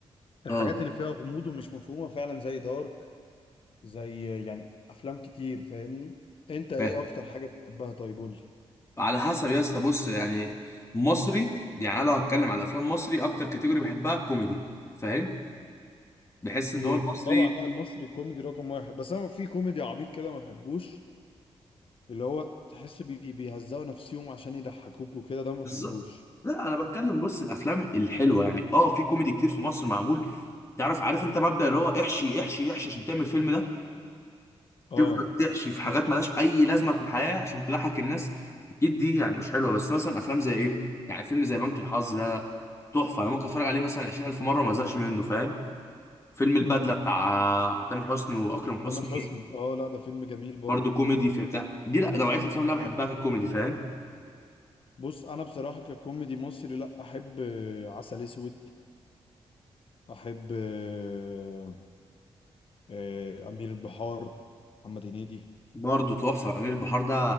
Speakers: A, on the left; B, on the left.
A: الحاجات
B: اه
A: اللي فيها غموض ومش مفهومه فعلا زي دارك زي يعني افلام كتير فاهمني انت ايه
B: فاهم
A: اكتر حاجه بتحبها طيب قول لي
B: على حسب يا اسطى بص يعني مصري يعني انا لو هتكلم على افلام مصري اكتر كاتيجوري بحبها الكوميدي فاهم بحس
A: اوكي
B: ان هو المصري
A: طبعا لا المصري كوميدي رقم واحد بس انا في كوميدي عبيط كده ما بحبوش اللي هو تحس بي بيهزقوا نفسيهم عشان يضحكوك وكده ده ما
B: بالظبط
A: بحبوش
B: لا انا بتكلم بص الافلام الحلوه يعني اه في كوميدي كتير في مصر معمول تعرف عارف انت مبدأ اللي هو احشي احشي احشي عشان تعمل فيلم ده
A: اه
B: تفضل تحشي في حاجات ملهاش اي لازمه في الحياه عشان تضحك الناس اكيد دي يعني مش حلوه بس مثلا افلام زي ايه يعني فيلم زي بنك الحظ ده تحفه انا ممكن اتفرج عليه مثلا 20000 مره ما ازهقش منه فاهم فيلم البدله
A: امم
B: بتاع تامر حسني واكرم
A: تامر
B: حسني
A: حسني اه لا ده فيلم جميل برضو
B: برضه كوميدي في بتاع دي لا نوعيه الافلام اللي انا بحبها ككوميدي فاهم
A: بص انا بصراحة ككوميدي مصري لا احب آه، عسل اسود احب آه، آه، امير البحار محمد هنيدي
B: برضه تحفه امير البحار ده